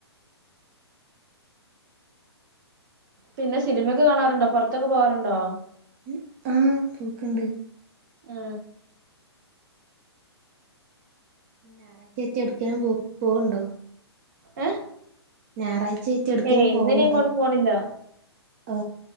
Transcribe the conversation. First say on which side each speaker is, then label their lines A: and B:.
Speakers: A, on the right; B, on the right.
A: പിന്നെ സിലിമൊക്കെ കാണാറുണ്ടോ പൊറത്തൊക്കെ പോകാറുണ്ടോ
B: ഉ ആ പോക്ക്‌ണ്ട്
A: ആ
B: ന്ന് ഞാറാഴ്ച്ചായ്റ്റ് എട്ക്കേം പോ പോവ്ണ്ടോ
A: ഏ
B: ഞായറാഴ്ച്ചായ്റ്റ് എവ്ട്ക്കേലും
A: ഏയ് ഇന്നിനി
B: പോവ്ണ്ടോ
A: എങ്ങോട്ടും പോണില്ല
B: ആ